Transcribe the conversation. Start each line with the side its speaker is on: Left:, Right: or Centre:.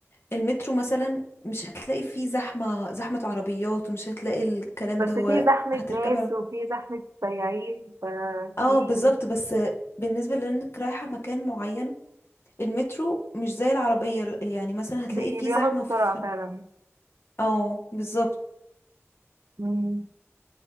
Left: المترو مثلا مش هتلاقي فيه زحمة زحمة عربيات ومش هتلاقي الكلام
Right: بس
Left: ده
Right: في
Left: هو
Right: زحمة
Left: هتركبي
Right: ناس
Left: على
Right: وفي زحمة سياحين ففي
Left: اه بالظبط بس بالنسبة لانك رايحة مكان معين المترو مش زي العربية يعني مثلا هتلاقي
Right: بي-
Left: فيه
Right: بياخد
Left: زحمة في
Right: بسرعة فعلا
Left: اه بالظبط
Right: مم.